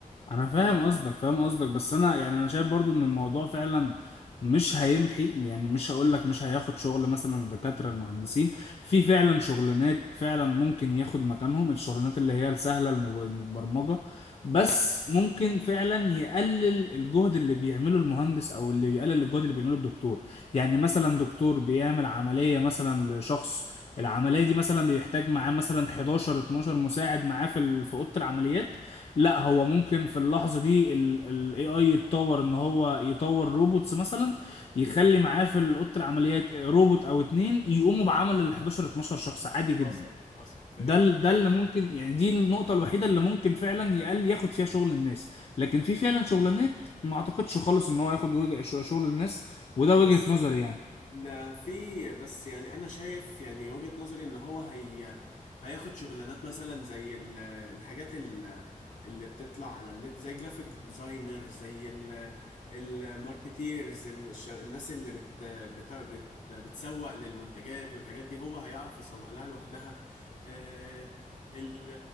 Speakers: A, on the left; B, on the left.
A: انا فاهم
B: ف
A: قصدك فاهم قصدك بس انا يعني انا شايف برضو ان الموضوع فعلا مش هيمحي يعني مش هقول لك مش هياخد شغل مثلا الدكاتره المهندسين في فعلا شغلانات فعلا ممكن ياخد مكانهم الشغلانات اللي هي السهله المب- المتبرمجه بس ممكن فعلا يقلل الجهد اللي بيعمله المهندس او اللي يقلل الجهد اللي بيعمله الدكتور يعني مثلا دكتور بيعمل عمليه مثلا لشخص العمليه دي مثلا بيحتاج معاه مثلا 11 12 مساعد معاه في ال- في اوضه العمليات لا هو ممكن في اللحظة دي ال ال AI يتطور ان هو يطور روبوتس مثلا يخلي معاه في أوضة العمليات روبوت او اتنين يقوموا بعمل ال 11 12 شخص عادي جدا
B: حصل حصل فهمت
A: ده ال- ده اللي ممكن يعني دي النقطة الوحيدة اللي ممكن فعلا يقل ياخد فيها شغل الناس لكن في فعلا شغلانات ما اعتقدش خالص ان هو ياخد وجه- شغل الناس وده
B: بس
A: وجهة نظري
B: ده
A: يعني
B: ده في بس يعني انا شايف يعني وجهة نظري ان هو هي هياخد شغلانات مثلا زي ال- الحاجات ال- اللي بتطلع على النت زي جرافيك ديزاينر زي ال- الماركتيرز الش- الناس اللي بت بت بت بتسوق للمنتجات والحاجات دي هو هيعرف يسوق لها لوحدها آه، ال...